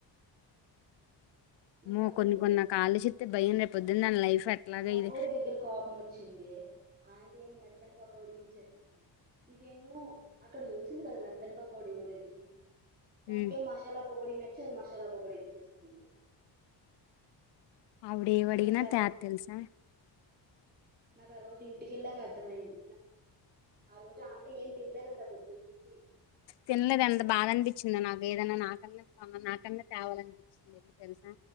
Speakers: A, on the right; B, on the left.
A: నాకు
B: మో
A: ఆ
B: కొన్ని
A: రోజు
B: కొన్ని ఆలోచిస్తే భయం రేపోద్దునా లైఫ్ ఎట్లాగా
A: పకోడి
B: ఇది
A: దగ్గర కోపం వచ్చింది అంటే ఏమో మెత్తని పకోడి అని చెప్పి ఇదేమో అక్కడ చూసింది కదా మెద్దని పకోడి గురించి దానికేం
B: ఉమ్,
A: మసాలా పాకోడి నచ్చి అది మసాలా పాకోడి ఇచ్చేసుకుంది.
B: అవిడ ఏ అడిగినా
A: నాకు అప్పుడు
B: త్యాదు తెలుసా
A: నాకు ఆ రోజు ఇంటికెళ్ళక అర్థమయింది ఆ రోజు ఆంటీ ఏం తినలేదంట పొద్దున్ననుంచి
B: తినలేదంట బాధ అనిపించింది నాకు ఏదైనా నా <unintelligible> నా కన్నా నాకన్నా తేవాలనిపించింది వెళ్ళి తెలుసా.